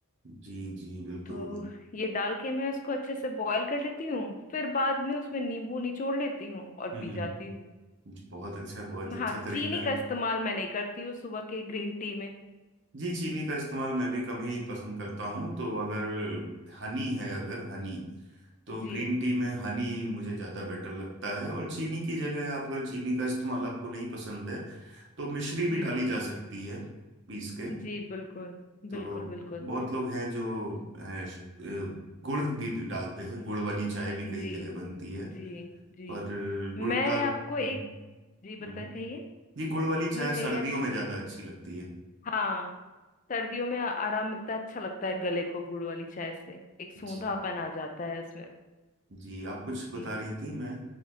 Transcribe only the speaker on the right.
जी जी बिल्कुल
हम्म
जी, बहुत अच्छा बहुत अच्छा
तरीका
है
जी चीनी का इस्तेमाल मैं भी कम ही पसंद करता हूँ तो अगर हनी है अगर हनी तो
ग्रीन टी में हनी मुझे ज़्यादा बेटर लगता है और चीनी की जगह आप अगर चीनी का इस्तेमाल आपको नहीं पसंद है तो मिश्री भी
डाली जा सकती है पीस के
तो
बहुत लोग हैं जो अ, श- अ, गुड़ भी पी- डालते हैं गुड़ वाली चाय भी कई
जगह बनती है
पर गुड़
डाल हम्म
हम्म
जी गुड़ वाली चाय
सर्दियों
में ज़्यादा अच्छी लगती है
जी
जी आप कुछ बता
रही थी मैं